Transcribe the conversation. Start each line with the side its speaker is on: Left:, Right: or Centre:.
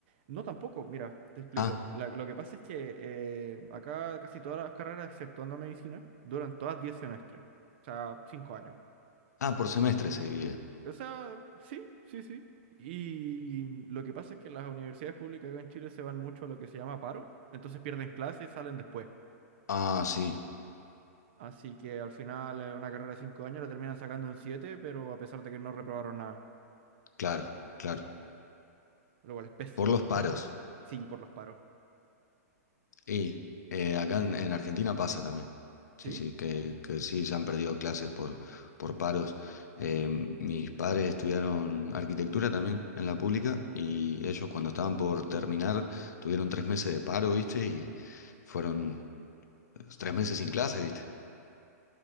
Right: No, tampoco. Mira, te explico.
Left: Ah,
Right: La- lo que pasa es que eh, acá casi todas las carreras, exceptuando medicina, duran todas 10 semestres. O sea, 5 años.
Left: ah, por semestre se divide.
Right: O sea, sí, sí, sí. Y lo que pasa es que las universidades públicas acá en Chile se van mucho a lo que se llama paro. Entonces pierden clases, salen después.
Left: Ah, sí,
Right: Así que al final eh, una carrera de 5 años la terminan sacando en 7, pero a pesar de que no reprobaron nada.
Left: claro, claro.
Right: Lo cual es pésimo.
Left: Por los paros.
Right: Sí, por los paros.
Left: Y eh, acá en, en Argentina pasa también. Sí,
Right: ¿Sí?
Left: sí, que, que sí, se han perdido clases por, por paros. Eh, mis padres estudiaron arquitectura también en la pública y ellos cuando estaban por terminar tuvieron tres meses de paro, ¿viste? Y fueron tres meses sin clases, ¿viste?